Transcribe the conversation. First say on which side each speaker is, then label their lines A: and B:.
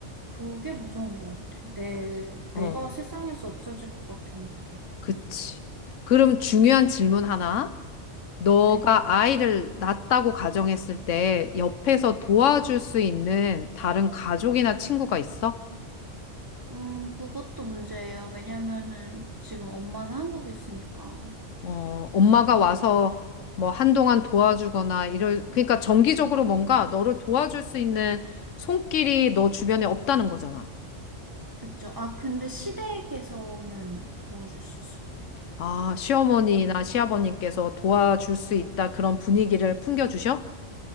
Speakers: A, on the right (about 20°); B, on the left (about 85°).
A: 그게 무서운 것 같아. 내,
B: 맞아. 어,
A: 내가 세상에서 없어질 것 같은 느낌.
B: 그치. 그럼 중요한 질문 하나. 너가
A: 네.
B: 아이를 낳았다고 가정했을 때, 옆에서 도와줄 수 있는 다른 가족이나 친구가 있어?
A: 음, 그것도 문제예요. 왜냐면은 지금 엄마는 한국에 있으니까.
B: 어, 엄마가 와서 뭐 한동안 도와주거나 이럴, 그러니까 정기적으로 뭔가 너를 도와줄 수 있는 손길이 너 주변에 없다는 거잖아.
A: 그쵸. 아, 근데 시댁에서는 도와줄 수 있을 것 같아요.
B: 아, 시어머니나 시아버님께서 도와줄 수 있다 그런 분위기를 풍겨주셔?